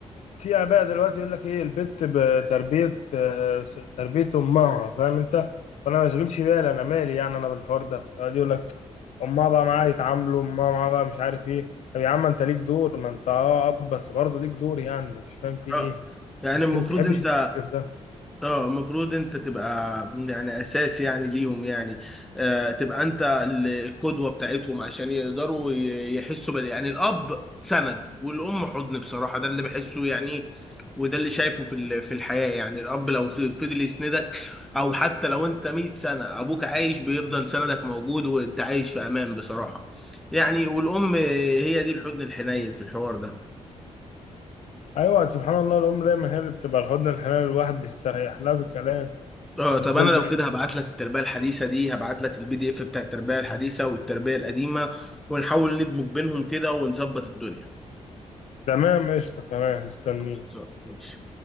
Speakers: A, on the left; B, in the centre.
A: في اباء دلوقتي يقول لك ايه البت بتربيه آه، س- تربيه امها فاهم انت فانا ما بشغلش بالي انا مالي يعني انا بالحوار ده يقعد يقول لك امها بقى معاها يتعاملوا امها معاها بقى مش عارف ايه طب يا عم انت ليك دور ما انت اه اب بس برضه ليك دور يعني أنا مش فاهم في ايه
B: اه يعني
A: يعني
B: المفروض
A: ما تحبش
B: انت
A: اللي يكرف ده
B: اه المفروض انت تبقى يعني اساس يعني ليهم يعني آه تبقى انت ال- القدوة بتاعتهم عشان يقدروا ي- يحسوا بال يعني الاب سند والام حضن بصراحة ده اللي بحسه يعني وده اللي شايفه في ال- في الحياة يعني الاب لو ف- فضل يسندك او حتى لو انت 100 سنة ابوك عايش بيفضل سندك موجود وانت عايش في امان بصراحة يعني والام هي دي الحضن الحنين في الحوار ده
A: ايوه سبحان الله الام دايما هي اللي بتبقى الحضن الحنان الواحد بيستريح لها في الكلام
B: اه طب
A: مش زي
B: انا
A: الباقي
B: لو كده هبعت لك التربيه الحديثه دي هبعت لك البي دي اف بتاع التربيه الحديثه والتربيه القديمه ونحاول ندمج بينهم كده ونظبط الدنيا
A: تمام قشطه تمام مستنيك
B: خلصان. ماشي